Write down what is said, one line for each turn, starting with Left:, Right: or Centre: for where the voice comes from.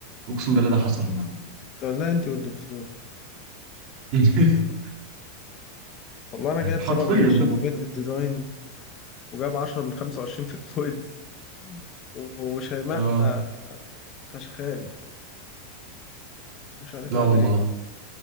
Right: اقسم بالله ده حصل النهارده
Left: انت والله انت والدكتور
Right: <laughs>
Left: والله انا جايب
Right: حرفيا
Left: سبعة من عشرين
Right: ده المفروض
Left: في بيت الديزاين وجايب عشرة من خمسة وعشرين في الكويز وشيماء
Right: اه
Left: آه، فشخاني مش عارف
Right: لا
Left: اعمل
Right: والله
Left: ايه